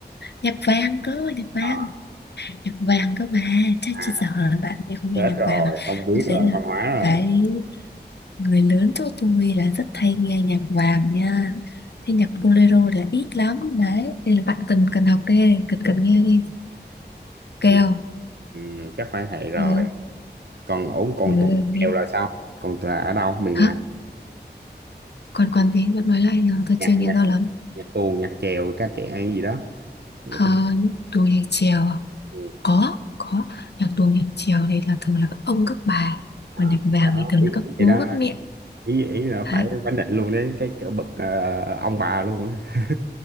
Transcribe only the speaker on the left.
nhạc vàng cơ nhạc vàng
nhạc vàng cơ mà chắc
chị sợ là bạn ấy không nghe
nhạc
vàng à
tôi
thấy là
cái
người lớn chỗ tôi là rất hay nghe nhạc vàng nha thế nhạc bolero là ít lắm đấy nên là bạn cần cần học đi cần cần nghe đi kèo
ừ,
ừ,
nghe.
hả
còn còn gì bạn nói lại nhờ tôi
chưa nghe
rõ lắm
à,
tuồng nhạc chèo à?
có có nhạc tuồng nhạc chèo thì là thường là các ông các bà
còn nhạc vàng
thì thường
là
các bố
các mẹ
Đấy.